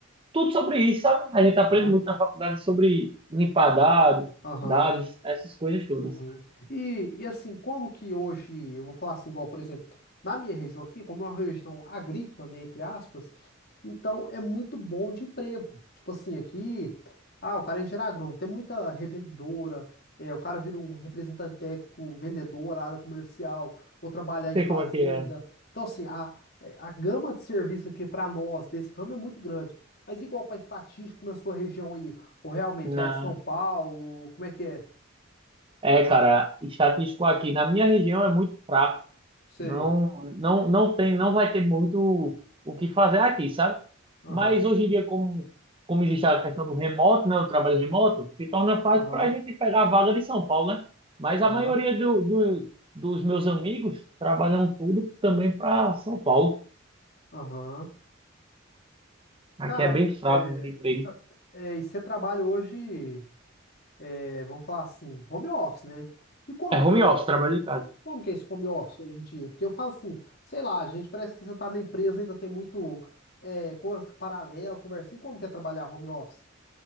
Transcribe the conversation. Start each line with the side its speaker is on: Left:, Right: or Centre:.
Right: tudo sobre isso, sabe? A gente aprende
Left: aham,
Right: muito na faculdade sobre limpar dado,
Left: aham.
Right: dados, essas coisas todas.
Left: Uhum. E, e assim, como que hoje, eu vou falar assim, igual, por exemplo, na minha região aqui, como é uma região agrícola, né, entre aspas, então é muito bom de emprego. Tipo assim, aqui, ah, o cara é engenheiro agrônomo, tem muita revendedora, é, o cara vira um representante técnico, vendedor, área comercial, ou trabalhar
Right: Não
Left: em
Right: sei
Left: fazenda.
Right: como é que é.
Left: Então, assim, a, é, a gama de serviço aqui para nós, desse ramo, é muito grande. Mas igual para estatístico na sua região aí, ou realmente
Right: Na...
Left: é São Paulo, como é que é?
Right: É, cara, estatístico aqui na minha região é muito fraco.
Left: Sei.
Right: Não, não, não tem, não vai ter muito o que fazer aqui, sabe?
Left: Aham,
Right: Mas hoje em dia, como, como existe a questão do remoto, né, do trabalho remoto, se torna fácil
Left: aham,
Right: para a gente pegar a vaga de São Paulo, né? Mas
Left: aham,
Right: a maioria do, do- dos meus amigos trabalham tudo também para São Paulo.
Left: aham.
Right: Aqui
Left: Cara,
Right: é bem fraco
Left: é,
Right: de emprego.
Left: está- é, e você trabalha hoje, é, vamos falar assim, home office, né? E como
Right: É
Left: que
Right: home
Left: é esse,
Right: office, trabalho de casa.
Left: como que é esse home office hoje em dia? Porque eu falo assim, sei lá, a gente parece que você tá na empresa ainda tem muito é, coisa paralela, conversinha. Como que é trabalhar home office?